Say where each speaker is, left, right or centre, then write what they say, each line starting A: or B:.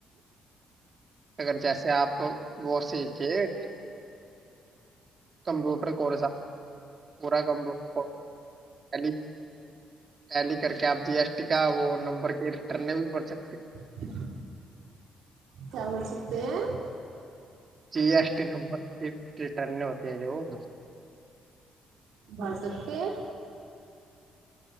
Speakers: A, on the right; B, on the right.
A: ਅਗਰ ਜੈਸੇ ਆਪ ਬਹੁ <unintelligible> ਕੰਪਿਊਟਰ ਕੋਰਸ <unintelligible> ਟੈਲੀ ਕਰਕੇ ਆਪ ਜੀ ਐਸ ਟੀ ਕ ਉਹ ਨੰਬਰ ਕੇ ਰਿਟਰਨ ਵੀ ਬਰ ਸਕਦੇ
B: <unintelligible> ਕਿਆ ਕਰ ਸਕਦੇ ਏ
A: G S T number return ਹੋਤੀ ਹੈ ਜ
B: ਭਰ ਸਕਤੇ ਹੈ।